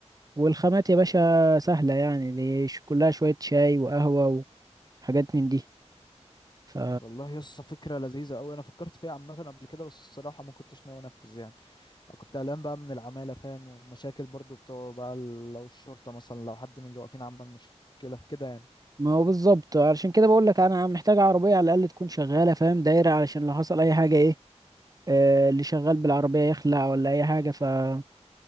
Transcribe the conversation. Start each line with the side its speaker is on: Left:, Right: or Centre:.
Right: والخامات يا باشا سهلة يعني دي ش- كلها شوية شاي وقهوة وحاجات من دي ف
Left: والله يسطا فكرة لذيذة أوي أنا فكرت فيها عامة قبل كده بس الصراحة ما كنتش ناوي أنفذ يعني أنا كنت قلقان بقى من العمالة فاهم ومشاكل برضو بتوع بقى ال- لو الشرطة مثلا لو حد من اللي واقفين عمل مشكلة كده يعني
Right: ما هو بالظبط علشان كده بقول لك انا محتاج عربيه على الاقل تكون شغاله فاهم دايره علشان لو حصل اي حاجه ايه آه اللي شغال بالعربيه يخلع ولا اي حاجه فده